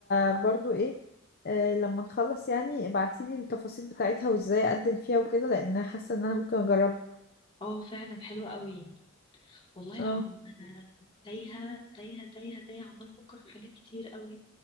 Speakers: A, on the left; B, on the left.
A: برضو إيه آه لما نخلص يعني ابعتيلي التفاصيل بتاعتها وإزاي أقدم فيها وكده لأن أنا حاسة إن أنا ممكن أجربها
B: اه فعلا حلوة قوي والله العظيم
A: اه
B: انا تايهة تايهة تايهة تايهة عمالة افكر في حاجات كتير قوي